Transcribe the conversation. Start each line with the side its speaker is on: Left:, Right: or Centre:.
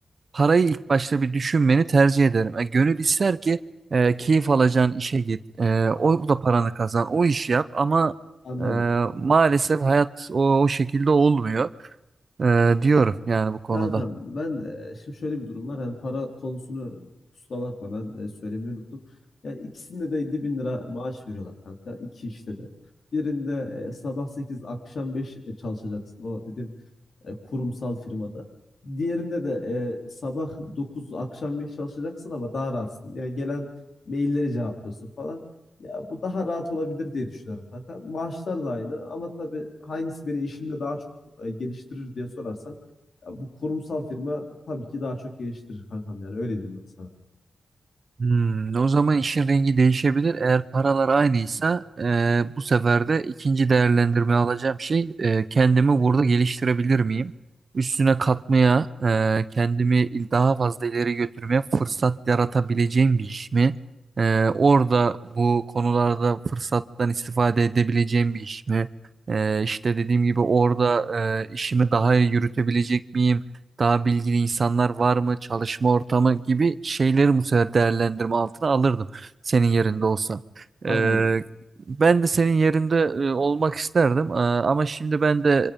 Right: parayı ilk başta bir düşünmeni tercih ederim. E, gönül ister ki e, keyif alacağın işe git. E, o da paranı kazan. O işi yap ama
Left: Anladım.
Right: e, maalesef hayat o, o şekilde olmuyor e, diyorum yani bu konuda.
Left: Kankam ben e, şimdi şöyle bir durum var. Hani para konusunu kusura bakma ben e, söylemeyi unuttum. Yani ikisinde de 50 bin lira maaş veriyorlar kanka. İki işte de. Birinde e, sabah 8, akşam 5 çalışacaksın. O dedim e, kurumsal firmada. Diğerinde de e, sabah 9 akşam 5 çalışacaksın ama daha rahatsın. Yani gelen mailleri cevaplıyorsun falan. Ya bu daha rahat olabilir diye düşünüyorum kanka. Maaşlar da aynı ama tabii hangisi beni işimde daha çok e, geliştirir diye sorarsan ya bu kurumsal firma tabii ki daha çok geliştirir kankam yani öyle diyeyim ben sana.
Right: Hmm, o zaman işin rengi değişebilir. Eğer paralar aynıysa e, bu sefer de ikinci değerlendirme alacağım şey e, kendimi burada geliştirebilir miyim? Üstüne katmaya, e, kendimi daha fazla ileri götürmeye fırsat yaratabileceğim bir iş mi? E, orada bu konularda fırsattan istifade edebileceğim bir iş mi? E, işte dediğim gibi orada e, işimi daha iyi yürütebilecek miyim? daha bilgili insanlar var mı, çalışma ortamı gibi şeyleri bu sefer değerlendirme altına alırdım senin yerinde olsam.
Left: Anladım.
Right: Ee, ben de senin yerinde e, olmak isterdim Ee, ama şimdi ben de